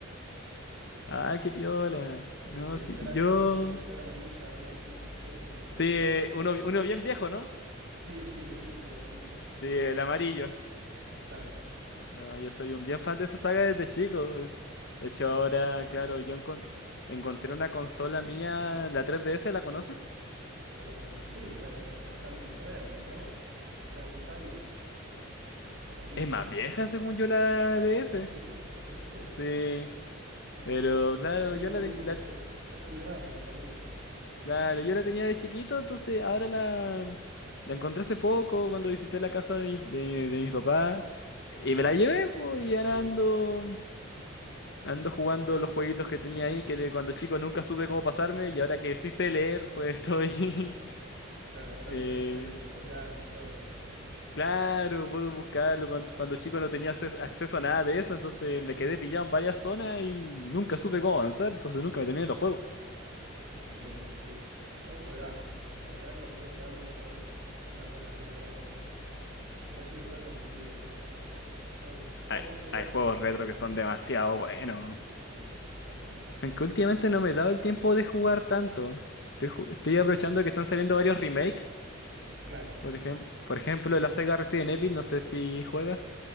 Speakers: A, on the left (about 55°); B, on the right (about 60°).
A: Ah, qué piola.
B: eh,
A: No,
B: edición,
A: sí, yo.
B: a- edi- edición amarilla, algo así, eléctrico puede
A: Sí,
B: ser.
A: eh, uno, uno bien viejo, ¿no?
B: Sí, sí, viejísimo, viejísimo,
A: Sí, el amarillo.
B: claro.
A: No, yo soy un bien fan de esa saga desde chico. De hecho, ahora, claro, yo encon- encontré una consola mía, la 3DS, ¿la conoces?
B: Eh, sí, bueno, es bastante moderna, ¿no? Tendrá diez años. o quince
A: Es más vieja, según yo, la DS.
B: ¿Ah, sí? ¿La de ese?
A: Sí,
B: No,
A: pero
B: bueno.
A: claro,
B: Pero sí,
A: yo
B: la
A: la,
B: ubico.
A: ten- la-
B: eh, es emblemática también.
A: Claro, yo la tenía de chiquito, entonces ahora la, la encontré hace poco cuando visité la casa de, mi- de, de mis papás y me la llevé, po, y
B: Y sí,
A: ahora ando, ando jugando los jueguitos que tenía ahí que de cuando chico nunca supe cómo pasarme y ahora que sí sé leer, pues estoy...
B: claro,
A: <laughs>
B: ahora
A: eh,
B: te podés leer el tutorial y todo.
A: claro, puedo buscarlo. Cuando, cuando chico no tenía acces- acceso a nada de eso, entonces me quedé pillado en varias zonas y nunca supe cómo avanzar, entonces nunca me terminé los juegos.
B: Entiendo, sí. Son juegazos esos. La verdad que los juegos de antes son una cosa que no, que no se le puede competir hoy, ¿eh? Los- yo, pocos
A: Hay,
B: juegos
A: hay juegos
B: me, me
A: retro
B: superan.
A: que son demasiado buenos.
B: Sí, es una masa todos
A: Aunque
B: los
A: últimamente
B: juegos.
A: no me he dado el tiempo de jugar tanto. Estoy, ju- estoy aprovechando que están saliendo varios remakes.
B: Claro,
A: Por ejem- por ejemplo, la saga Resident Evil, no sé si juegas.